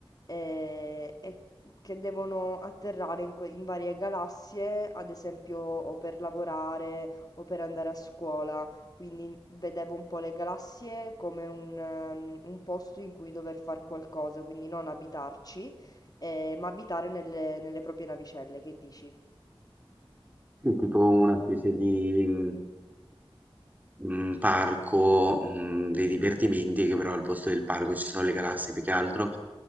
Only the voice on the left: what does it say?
eh, e che devono atterrare in, que- in varie galassie, ad esempio o per lavorare o per andare a scuola. Quindi vedevo un po' le galassie come un, ehm, un posto in cui dover fare qualcosa, quindi non abitarci, eh, ma abitare nelle, nelle proprie navicelle. Che dici?